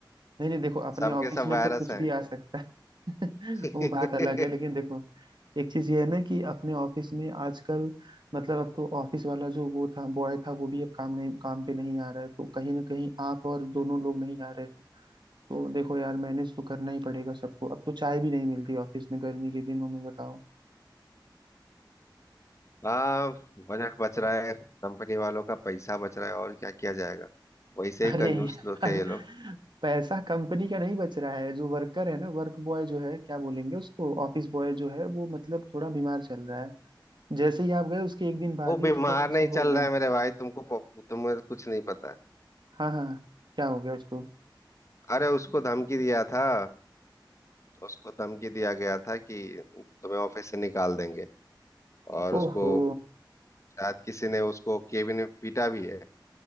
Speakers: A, on the right; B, on the left.
A: नहीं नहीं देखो अपने
B: सबके
A: ऑफिस
B: सब
A: में
B: वायरस
A: तो कुछ भी आ सकता है
B: है
A: <laughs> वो बात अलग
B: <laughs>
A: है लेकिन देखो एक चीज ये है ना कि अपने ऑफिस में आजकल मतलब अब तो ऑफिस वाला जो वो था बॉय था वो भी अब काम नहीं काम पे नहीं आ रहा है तो कहीं ना कहीं आप और दोनों लोग नहीं आ रहे हो तो देखो यार मैनेज तो करना ही पड़ेगा सबको अब तो चाय भी नहीं मिलती ऑफिस में गर्मी के दिनों में बताओ
B: हाँ बजट बच रहा है कंपनी वालों का पैसा बच रहा है और क्या किया जाएगा वैसे
A: <laughs>
B: ही
A: अरे
B: कंजूस
A: यार
B: लोग थे ये लोग
A: पैसा कंपनी का नहीं बच रहा है जो वर्कर है ना वर्क बॉय जो है क्या बोलेंगे उसको ऑफिस बॉय जो है वो मतलब थोड़ा बीमार चल रहा है जैसे ही आप गए उसके एक दिन बाद
B: वो बीमार
A: ही उसको ये सब
B: नहीं
A: हो
B: चल
A: गया
B: रहा है मेरे भाई तुमको पो- तुम्हें कुछ नहीं पता है
A: हाँ हाँ क्या हो गया उसको
B: अरे उसको धमकी दिया था उसको धमकी दिया गया था कि तुम्हें ऑफिस से निकाल देंगे और उसको
A: ओहो
B: शायद किसी ने उसको केबिन में पीटा भी है